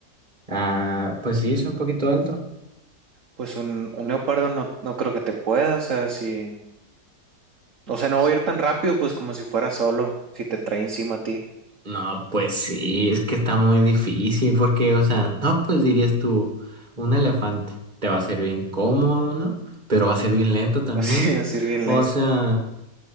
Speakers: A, on the right; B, on the right.
A: Ah, pues sí, es un poquito alto.
B: pues un, un leopardo no, no creo que te pueda, o sea, si, o sea, no
A: S-
B: va a ir tan rápido, pues como si fuera solo, si te trae encima a ti,
A: No, pues sí, es que está muy difícil porque, o sea, no, pues dirías tú, un elefante te va a ser bien cómodo, ¿no? Pero va a ser bien lento también.
B: <laughs> vas a ir vas a ir bien
A: O
B: lento.
A: sea...